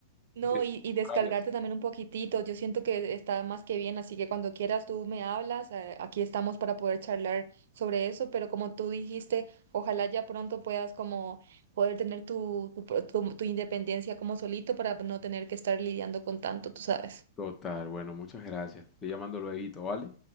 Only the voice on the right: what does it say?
No,
y, y
descargarte
también un poquitito. Yo siento que está más que bien, así que cuando quieras tú me hablas. eh, Aquí estamos para poder charlar sobre eso, pero como tú dijiste, ojalá ya pronto puedas como poder tener tu, tu, pro- tu- tu independencia como solito para no tener que estar lidiando con tanto, tú sabes.